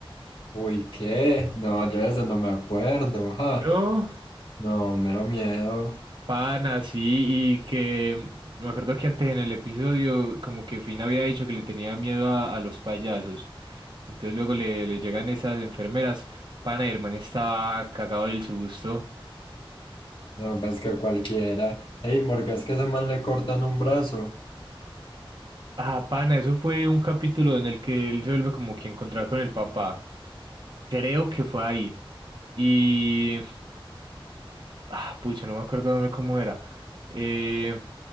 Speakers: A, on the left; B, on the right.
A: Uy, ¿qué? No, yo de ese no me acuerdo, ja.
B: No,
A: No, mero miedo.
B: pana, sí, y que me acuerdo que antes en el episodio, como que Finn había dicho que le tenía miedo a, a los payasos. Entonces luego le, le llegan esas enfermeras, pana, y el man estaba cagado del susto.
A: No, pues que cualquiera. Ey, porque es que ese man le cortan un brazo?
B: Ah, pana, eso fue un capítulo en el que él se vuelve como que a encontrar con el papá. Creo que fue ahí. Y Ah, pucha, no me acuerdo dónde- cómo era. Eh,